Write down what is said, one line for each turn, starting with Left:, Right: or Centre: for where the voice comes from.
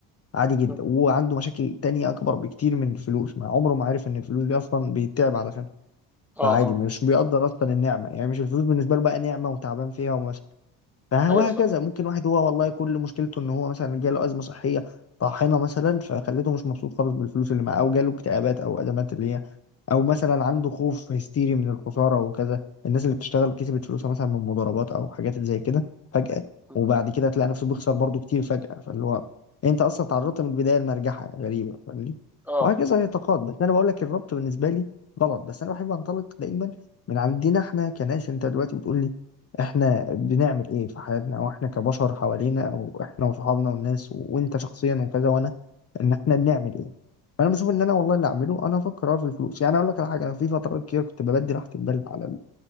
Left: عادي جدا
Centre: مم.
Left: وعنده مشاكل تانية اكبر بكتير من الفلوس ما عمره ما عرف ان الفلوس دي اصلا بيتعب علشانها
Centre: اه
Left: فعادي
Centre: اه
Left: مش بيقدر اصلا النعمه يعني مش الفلوس بالنسبه له بقى نعمه وتعبان فيها فهكذا
Centre: ايوه صح
Left: ممكن واحد هو والله كل مشكلته ان هو مثلا جاله ازمه صحيه طاحنه مثلا فخلته مش مبسوط خالص بالفلوس اللي معاه او جاله اكتئابات او ازمات اللي هي او مثلا عنده خوف هستيري من الخساره وكذا الناس اللي بتشتغل كسبت فلوسها مثلا من مضاربات او حاجات زي كده فجاه
Centre: مم.
Left: وبعد كده تلاقي نفسه بيخسر برضه كتير فجاه فاللي هو انت اصلا تعرضت من البدايه لمرجحه غريبه فاهمني
Centre: اه
Left: وهكذا يتقاد بس انا بقول لك الربط بالنسبه لي غلط بس انا بحب انطلق دايما من عندنا احنا كناس انت دلوقتي بتقول لي احنا بنعمل ايه في حياتنا او احنا كبشر حوالينا او احنا وصحابنا والناس و- وانت شخصيا وكذا وانا ان احنا بنعمل ايه فانا بشوف ان انا
Centre: مم.
Left: والله اللي اعمله انا افكر أه في الفلوس يعني اقول لك على حاجه انا في فترات كتير كنت ببدي راحه البال على